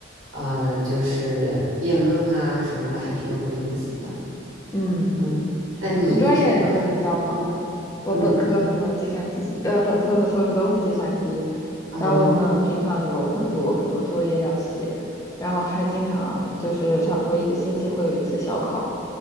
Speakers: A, on the right (about 80°); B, on the left (about 15°).
A: 呃，就是辩论啊什么的，还挺有意思的。
B: 嗯，
A: 嗯，那你一直都是嗯
B: 我们专业就比较忙，我本科和计算机，
A: 嗯
B: 呃，本科和硕士都是计算机，
A: 嗯，
B: 然后我们平常有很多很多作业要写，
A: 哦
B: 然后还经常就是差不多一个星期会有一次小考，